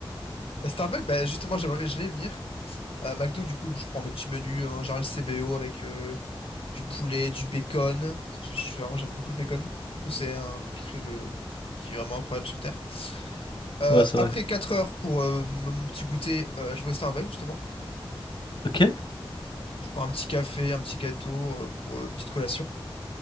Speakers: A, on the left (about 90°); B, on the left (about 60°).
A: euh, Starbucks, bah, justement, j'allais j'allais y venir. Euh, McDo, du coup, je prends mes petits menus euh, en général CBO avec euh, du poulet, du bacon. Parce que je suis vraiment, j'aime beaucoup le bacon. Je trouve que c'est un- quelque chose de- qui est vraiment incroyable sur Terre. Euh,
B: Ouais, c'est
A: après
B: vrai.
A: 4 heures pour euh, mon petit goûter, euh, je vais au Starbucks justement.
B: Ok,
A: Je prends un petit café, un petit gâteau euh, pour euh, une petite collation.